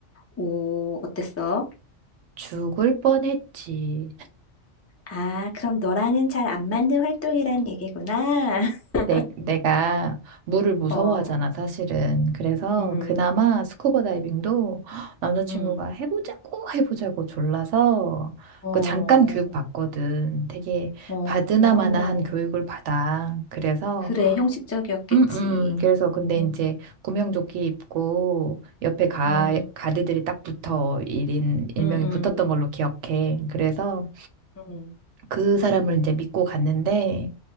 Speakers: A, on the left; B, on the right.
A: 오, 어땠어?
B: 죽을 뻔했지.
A: 아, 그럼 너랑은 잘 안 맞는 활동이란 얘기구나. <laughs>
B: 내, 내가 물을 무서워하잖아,
A: 어,
B: 사실은. 그래서
A: 음,
B: 그나마 스쿠버 다이빙도 남자친구가
A: 음,
B: 해보자고 해보자고 졸라서
A: 어,
B: 그 잠깐 교육 받거든. 되게
A: 어,
B: 받으나마나한
A: 어.
B: 교육을 받아. 그래서
A: 그래, 형식적이었겠지.
B: 음, 음. 그래서 근데
A: 음,
B: 이제 구명조끼 입고 옆에 가,
A: 음,
B: 가드들이 딱 붙어. 일인 일명이
A: 음,
B: 붙었던 걸로
A: 음.
B: 기억해. 그래서
A: 음.
B: 그 사람을 이제 믿고 갔는데